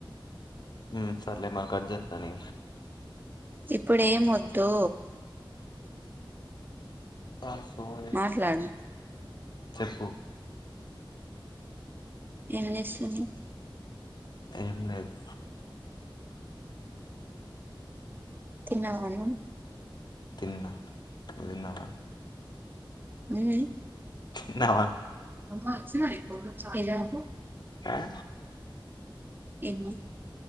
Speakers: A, on the left; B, on the right.
A: ఉ సర్లే మరి కర్జెత్తన ఇగ
B: ఇప్పుడేం వొద్దు
A: బ సోది
B: మాట్లాడు
A: చెప్పు
B: ఏం చేస్తున్నవ్
A: ఏం లేద్
B: తిన్నావ నువ్వు
A: తిన్నా నూతిన్నవ
B: హ్మ్
A: తిన్నావా
B: అమ్మా వచ్చిన నేపో ఏది ఆపు
A: ఆ
B: ఏంది